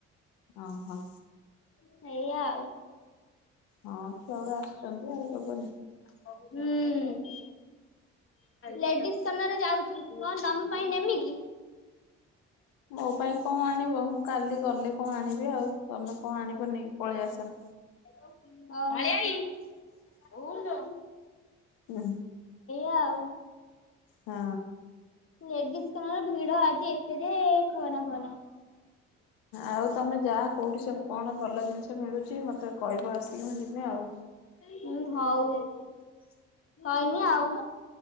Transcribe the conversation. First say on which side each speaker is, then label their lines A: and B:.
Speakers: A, on the left; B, on the left.
A: ଓହୋ।
B: ସେଇଆ ଆଉ।
A: ହଁ। ଛୁଆଗୁଡା ଆସୁଛନ୍ତି ଆଉ ଦବନି।
B: ହୁଁ। ଲେଡିସ୍ କର୍ଣ୍ଣରେ ଯାଉଛୁ କଣ ତମ ପାଇଁ ନେମି କିି?
A: ମୋ ପାଇଁ କଣ ଆଣିବ ମୁଁ କାଲି ଗଲେ କଣ ଆଣିବି ଆଉ ତମେ କଣ ଆଣିବ ନେଇକି ପଳେଇ ଆସ।
B: ଅ। ଏଇା
A: ହୁଁ
B: ଆଉ।
A: ହଁ।
B: ଲେଡିସ୍ କର୍ଣ୍ଣରେ ଭିଡ ଆଜି ଏତେ ଯେ କୁହନା-କୁହନା।
A: ଆଉ ତମେ ଯା କୋଉଠି ସବୁ କଣ ଭଲ ଜିନି ମିଳୁଛି ମୋତେ କହିବ ଆସିକି ମୁଁ ଯିବି ଆଉ।
B: ହୁଁ ହଉ କହିମି ଆଉ।